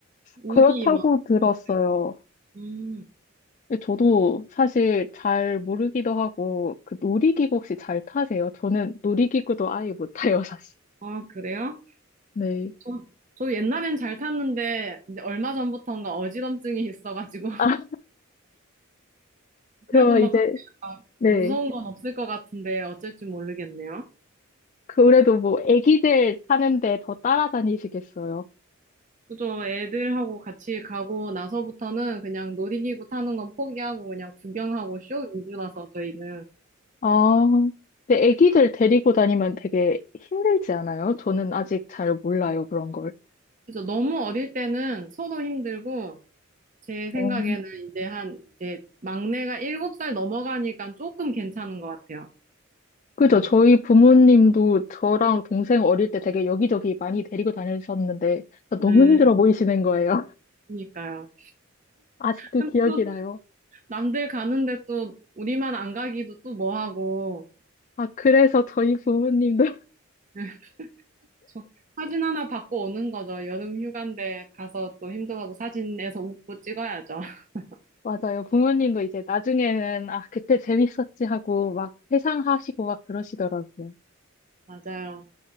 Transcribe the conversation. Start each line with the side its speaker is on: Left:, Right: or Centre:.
Right: 우디
Left: 그렇다고
Right: 막.
Left: 들었어요.
Right: 그거지. 음,
Left: 근데 저도 사실 잘 모르기도 하고, 그 놀이기구 혹시 잘 타세요? 저는 놀이기구도 아예 못 타요, 사실.
Right: 아, 그래요?
Left: <laughs> 네.
Right: 저, 저 옛날엔 잘 탔는데, 이제 얼마 전부터인가 어지럼증이 있어가지고. <laughs>
Left: 아,
Right: 그래도
Left: 그럼
Right: 막
Left: 이제,
Right: 그렇게 막
Left: 네.
Right: 무서운 건 없을 것 같은데, 어쩔 줄 모르겠네요.
Left: 그래도 뭐, 애기들 타는데 더 따라다니시겠어요?
Right: 그죠. 애들하고 같이 가고 나서부터는 그냥 놀이기구 타는 건 포기하고 그냥 구경하고 쇼 위주라서 저희는.
Left: 아, 근데 애기들 데리고 다니면 되게 힘들지 않아요? 저는 아직 잘 몰라요, 그런 걸.
Right: 그죠. 너무 어릴 때는 서로 힘들고 제 생각에는
Left: 어.
Right: 이제 한 이제 막내가 일곱 살 넘어가니까 조금 괜찮은 것 같아요.
Left: 그죠.
Right: 음.
Left: 저희 부모님도 저랑 동생 어릴 때 되게 여기저기 많이 데리고 다니셨는데, 너무
Right: 네,
Left: 힘들어 보이시는 거예요.
Right: 그러니까요.
Left: 아직도
Right: 근데
Left: 기억이
Right: 또
Left: 나요.
Right: 남들 가는데 또 우리만 안 가기도 또 뭐하고.
Left: 아, 그래서 저희 부모님도, <laughs>
Right: <laughs> 저 사진 하나 받고 오는 거죠. 여름 휴가인데 가서 또 힘들어도 사진에서 웃고 찍어야죠. <laughs>
Left: 맞아요. 부모님도 이제 나중에는, 아, 그때 재밌었지 하고 막 회상하시고 막 그러시더라고요.
Right: 맞아요.